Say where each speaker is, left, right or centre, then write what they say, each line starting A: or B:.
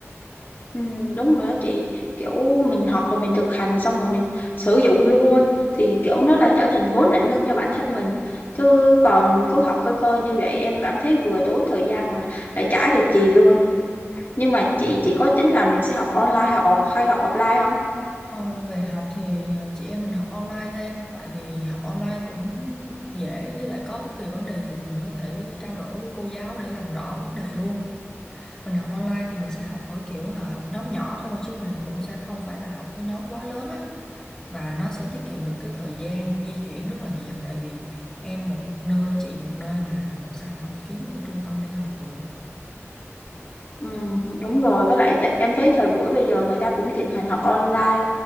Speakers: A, on the left; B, on the left.
A: Ừ, đúng rồi đó chị kiểu mình học rồi mình thực hành xong rồi mình sử dụng luôn thì kiểu nó là trở thành vốn lạnh lương cho bản thân mình chứ còn cứ học khơi khơi như vậy em cảm thấy vừa tốn thời gian mà lại chả được gì luôn nhưng mà chị chị có tính là mình sẽ học online hay off hay học offline không
B: Ờ, về học thì ờ, chị em mình học online thôi em tại vì học online cũng dễ với lại có bất kỳ vấn đề gì thì mình có thể trao đổi với cô giáo để làm rõ vấn đề luôn mình học online thì mình sẽ học ở kiểu là học nhóm nhỏ thôi chứ mình cũng sẽ không phải là học cái nhóm quá lớn á và nó sẽ tiết kiệm được cái thời gian di chuyển rất là nhiều tại vì em một nơi chị một nơi mà làm sao mà kiếm một cái trung tâm để học được
A: ừ, đúng rồi với lại th- em thấy thời buổi bây giờ người ta cũng thịnh hành học online